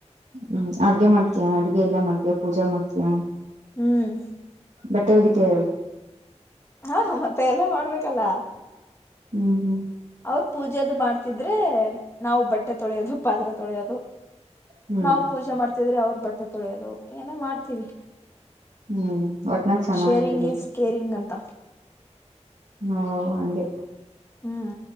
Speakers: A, on the right; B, on the left.
A: ಹ್ಮ್ ಅಡ್ಗೆ ಮಾಡ್ತಯ ಅಡ್ಗೆ ಎಲ್ಲಾ ಮಾಡ್ತಯ ಪೂಜಾ ಮಾಡ್ತಯ
B: ಹ್ಮ್
A: ಬಟ್ಟೆ ಹೋಗಿತಯ
B: ಹಾ ಮತ್ತೆ ಎಲ್ಲ ಮಾಡ್ಬೇಕಲ್ಲ
A: ಹ್ಮ್ ಹ್ಮ್
B: ಅವ್ರ ಪೂಜೆದು ಮಾಡ್ತಿದ್ರೆ ನಾವು ಬಟ್ಟೆ ತೊಳೆಯೋದು ಪಾತ್ರೆ ತೊಳೆಯೋದು
A: ಹ್ಮ್
B: ನಾವವು ಪೂಜೆ ಮಾಡ್ತಿದ್ರೆ ಅವ್ರ ಬಟ್ಟೆ ತೊಳೆಯೋದು ಏನೋ ಮಾಡ್ತೀವಿ
A: ಹ್ಮ್ ಒಟ್ನಲ್ಲಿ ಚೆನ್ನಾಗಿರುತ್ತೆ
B: ಶೇರಿಂಗ್ ಈ ಸ್ ಕೇರಿಂಗ್ ಅಂತ
A: ಹ ಅೆ
B: ಹ್ಮ್